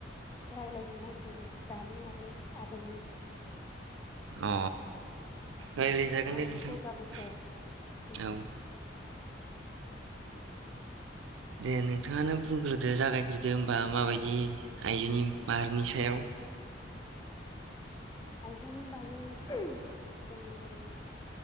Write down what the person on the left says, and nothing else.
रायलायनो नागिरदोंमोन दानि आरो आगोलनि।
माबायदि
जौगाबोखो अ
आइजोनि बागै जों जेरै